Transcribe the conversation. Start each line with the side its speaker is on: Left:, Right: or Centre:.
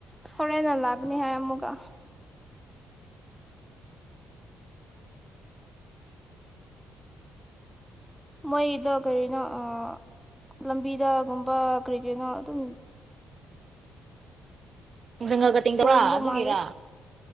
Centre: ꯐꯔꯦꯟꯅ ꯂꯒꯅꯤ ꯍꯥꯏ ꯑꯃꯨꯀ ꯃꯣꯏꯗꯣ ꯀꯔꯤꯅꯣ ꯑꯥ ꯂꯝꯕꯤꯗꯒꯨꯝꯕ ꯀ꯭ꯔꯤ ꯀ꯭ꯔꯤꯅꯣ ꯑꯗꯨꯝ
Right: ꯖꯪꯒꯜ ꯀꯠꯇꯤꯡ
Centre: ꯁꯦꯡꯕ
Right: ꯇꯧꯕ꯭ꯔ ꯑꯗꯨꯒꯤꯔꯥ
Centre: ꯃꯥꯜꯂꯦ